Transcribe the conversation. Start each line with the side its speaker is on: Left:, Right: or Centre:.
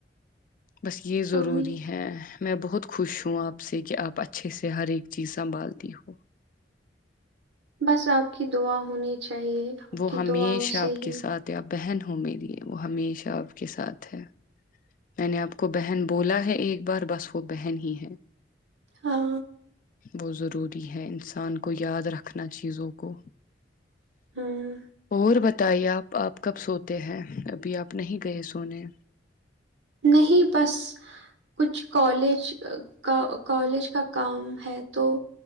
Left: بس یہ ضروری
Right: آمین
Left: ہے۔ میں بہت خوش ہوں آپ سے کہ آپ اچھے سے ہر ایک چیز سنبھالتی ہو۔
Right: بس آپ کی دعا ہونی۔۔ چاہیے آپ
Left: وہ
Right: کی
Left: ہمیشہ
Right: دعاؤں
Left: آپ
Right: سے ہی
Left: کے ساتھ ہے اپ بہن ہو۔۔۔ میری وہ ہمیشہ آپ کے ساتھ ہے۔ میں نے آپ کو بہن بولا ہے ایک بار بس وہ بہن ہی ہے۔
Right: ہاں
Left: <unintelligible> ضروری ہے انسان کو یاد رکھنا چیزوں کو۔
Right: ہوں
Left: اور ب۔۔۔ بتائیے؟ آپ آپ کب سوتے ہیں ابھی آپ نہیں گئے سونے۔
Right: نہیں بس کچھ۔۔۔۔ کالج کالج کا کام ہے تو